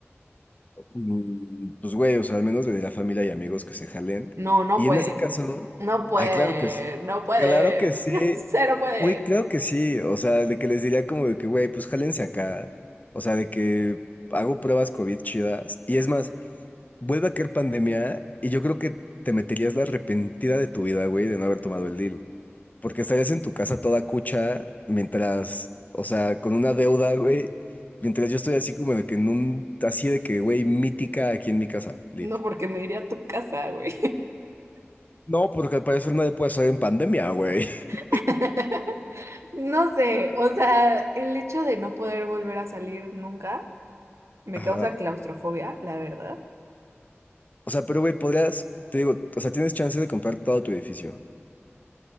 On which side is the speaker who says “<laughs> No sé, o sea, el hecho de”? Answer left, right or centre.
Right